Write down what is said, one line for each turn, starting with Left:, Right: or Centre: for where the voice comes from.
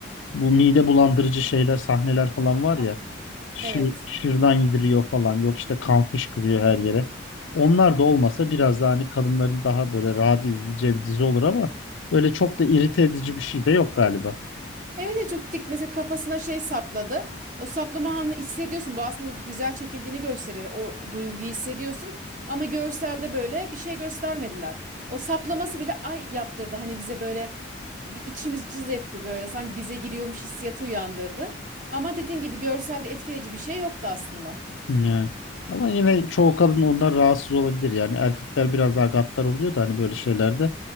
Left: Bu mide bulandırıcı şeyler, sahneler falan var ya.
Right: Ah
Left: Şır,
Right: evet.
Left: şırdan yediriyor falan. Yok işte kan fışkırıyor her yere. Onlar da olmasa biraz daha hani kadınların daha böyle rahat izleyeceği bir dizi olur ama böyle çok da irite edici bir şey de yok galiba.
Right: Evet evet çok dik mesela kafasına şey sapladı. O saplama anını hissediyorsun. Bu aslında güzel çekildiğini gösterir. O duyguyu hissediyorsun. Ama görselde böyle bir şey göstermediler. O saplaması bile ay yaptırdı. Hani bize böyle bir içimiz cız etti böyle. Sanki bize giriyormuş hissiyatı uyandırdı. Ama dediğin gibi görselde etkileyici bir şey yoktu aslında.
Left: Ya. Ama yine çoğu kadın ondan rahatsız olabilir yani. Erkekler biraz daha gaddar oluyor da hani böyle şeylerde